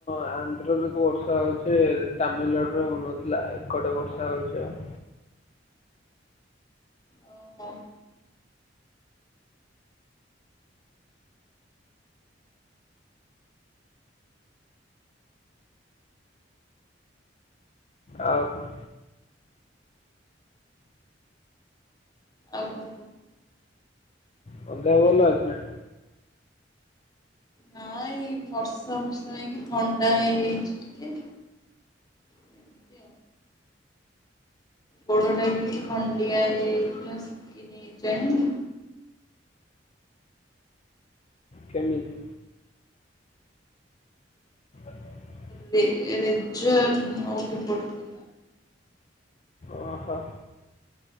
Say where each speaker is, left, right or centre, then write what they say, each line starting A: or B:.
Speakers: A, on the left; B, on the left.
A: ଆନ୍ଧ୍ରରେ ବର୍ଷା ହଉଚି, ତାମିଲନାଡୁରେ ହଉନଥିଲା ଏ କଡେ ବର୍ଷା ହଉଚି ଆଉ।
B: ଓ ହୋ।
A: ଆଉ କ?
B: ଆଉ କଣ?
A: ତମ ଦେହ ଭଲ ଅଛି ନା?
B: ହଁ ଏଇ ବର୍ଷା ଫର୍ଷା ହେଇକି ଥଣ୍ଡା ହେଇଯାଇଚି ଟିକେ। ଏମିତି ଗୋଡଟା ବି ଟିକେ ଖଣ୍ଡିଆ ହେଇଯାଇଥିଲା ଶୁକିନି ଏଯାଏଁ।
A: କେମିତି? <inaudible>
B: ରେ ରେଜର୍ ନଉଟି ପଡିଥିଲା।
A: ଓହୋ।